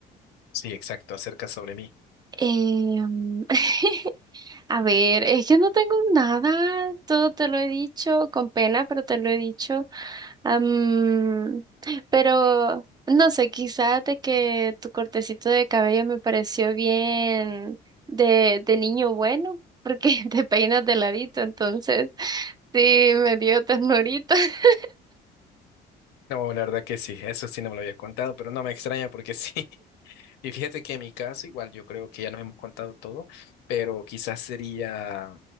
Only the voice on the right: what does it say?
Em, <laughs> A ver, es que no tengo nada, todo te lo he dicho, con pena, pero te lo he dicho. Am, pero no sé, quizás de que tu cortecito de cabello me pareció bien de, de niño bueno, porque <laughs> te peinas de ladito, entonces sí, me dio ternurita. <laughs>